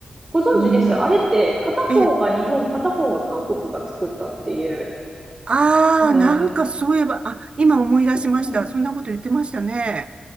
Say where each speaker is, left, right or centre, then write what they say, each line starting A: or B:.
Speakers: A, on the right (about 25°); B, on the right (about 40°).
A: ご存知です。
B: うん。
A: あれって片方が日本、
B: ええ
A: 片方が韓国が作ったっていう。
B: ああ、
A: あ
B: なんかそういえば、あ、今思い出しました。
A: ー、う
B: そんなこと言ってましたね。